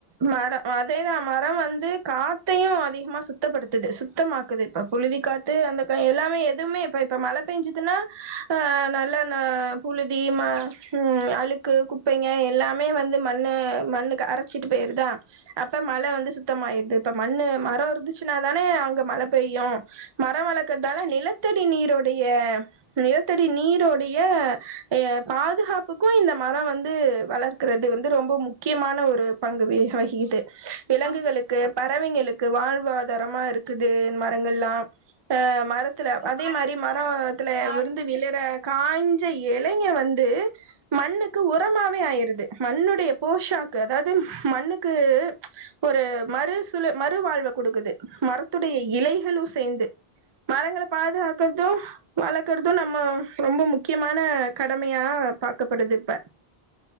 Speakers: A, on the right (about 40°); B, on the right (about 85°).
A: மரம் அதேதா மரம் வந்து காத் த்தையும் அதிகமா சுத்தப்படுத்துது சுத்தமாக்குது புழுதி காத்து அந்த கா எல்லாமே ப்பமே இப்ப இப்ப மழ பேஞ்சுது துனா ஆஹ் நல்ல ஆஹ் புழுதி ம உம் அழுக்கு குப்பைங்க எல்லாமே வந்து மண்ணு மண்ணுக்கு ச்சுட்டு போயிருதா அப்ப மழ வந்து சுத்தமாயிருது இப்ப மண்ணு மரோ இருந்துச்சுனா தானே அங்க மழ பெய்யும் மரம் வளர்க்கறதால நிலத்தடி நீரோடைய நிலத்தடி நீருடைய ஆஹ் பாதுகாப்புக்கும் இந்த மரோ வந்து வளர்க்கறது வந்து ரொம்ப முக்கியமான ஒரு பங்குகள வகிக்கிது விலங்குகளுக்கு
B: ஆமா
A: பறவைங்களுக்கு வாழ்வாதாரமா இருக்குது மரங்கள்லா ஆஹ மரத்துல அதே
B: மரங்கள்
A: மாரி மரத்துல
B: மர
A: விழுந்து விளறப்ப காய்ஞ்ச எல நீங்க வந்து மண்ணுக் க்கு உரமாவே ஆயிருது மண்ணுடைய போஷாக்கு அதாவது மண்ணுக்கு ஒரு மறுசுழ மறுவாழ்வக்கொடுக்குது மரத்துடைய இலைகளு சேந்து மரங்கள பாதுகாக்கறது வழக்கறது நம்ம ரொம்ப முக்கியமான கடமையா காக்கப்படுது இப்ப